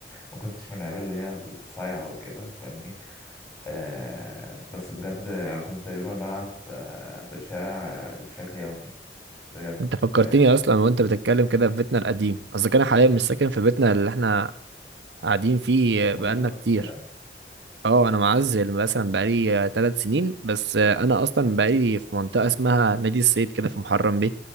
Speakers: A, on the left; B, on the right.
A: ما كنتش من العيال اللي هي الصايعة وكده فاهمني آه بس بجد يعني كنت تقريبا بلعب آه، في الشارع بشكل يومي بجد
B: انت فكرتني
A: آه
B: اصلا وانت بتتكلم كده في بيتنا القديم اصل انا حاليا مش ساكن في بيتنا اللي احنا قاعدين فيه
A: برضه
B: بقالنا كتير
A: نفس الكلام
B: اه انا معزل مثلا بقالي ثلاث سنين بس آه، انا اصلا بقالي في منطقه اسمها نادي الصيد كده في محرم بيه